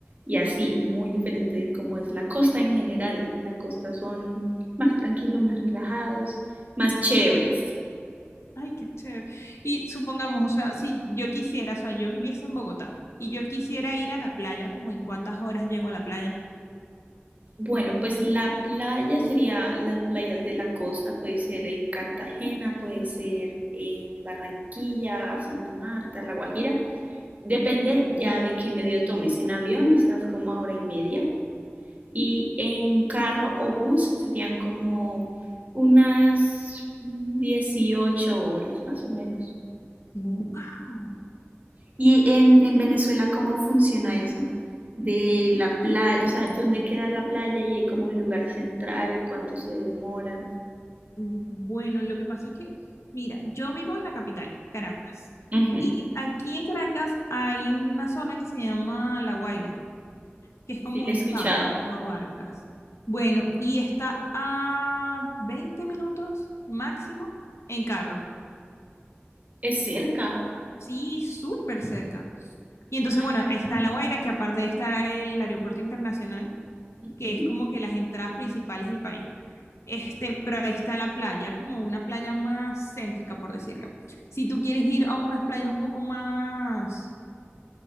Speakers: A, on the right (about 35°); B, on the left (about 85°).
A: y así, muy diferente de cómo es la costa en general. La costa son más tranquilos, más relajados, más chéveres.
B: Ay, qué chévere. Y supongamos, o sea, si yo quisiera, o sea, yo viviese en Bogotá y yo quisiera ir a la playa, como en cuántas horas llego a la playa?
A: Bueno, pues la playa sería las playas de la costa, puede ser en Cartagena, puede ser en Barranquilla, Santa Marta, La Guajira. Depende ya de qué medio tomes. En avión estás como a hora y media y en carro o bus serían como unas 18 horas más o menos.
B: No. Wow.
A: Y en, en Venezuela, ¿cómo funciona eso? De la playa, o sea, ¿dónde queda la playa y hay como un lugar central? ¿Cuánto se demoran?
B: Bueno, lo que pasa es que, mira, yo vivo en la capital, Caracas.
A: Ujú,
B: Y aquí en Caracas hay una zona que se llama La Guaira, que es como
A: Sí, la
B: un
A: he escuchado.
B: estado, el estado Vargas. Bueno, y está a 20 minutos máximo en carro.
A: Es cerca.
B: Sí, súper cerca. Y entonces,
A: Ay,
B: bueno,
A: qué
B: ahí
A: bueno.
B: está La Guaira, que aparte está el aeropuerto internacional, que
A: Ujú,
B: es como que las entradas principales del país. Este, pero ahí está la playa, como una playa más céntrica, por decirlo. Si tú quieres ir a unas playas un poco más,